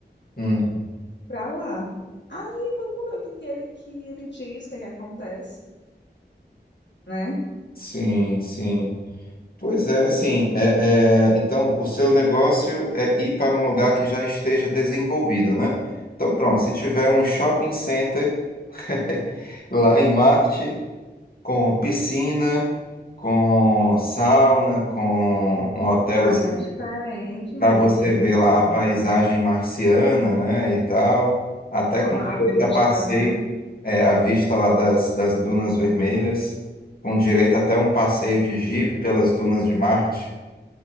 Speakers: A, on the left (about 55°); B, on the left (about 80°).
A: Hum,
B: Pra lá. Aí vamos ver o que que ele, que ele diz, o que que acontece. Né?
A: sim, sim. Pois é, assim, é, é, então o seu negócio é ir para um lugar que já esteja desenvolvido, né? Então pronto, se tiver um shopping center <laughs> lá em Marte, com piscina, com sauna, com um hotelzinho
B: Aí é diferente, meu
A: para você
B: amigo.
A: ver lá a paisagem marciana, né, e tal, até
B: Ó,
A: com direito
B: A vista,
A: a passeio,
B: né?
A: é, a vista lá das, das dunas vermelhas, com direito até um passeio de jipe pelas dunas de Marte.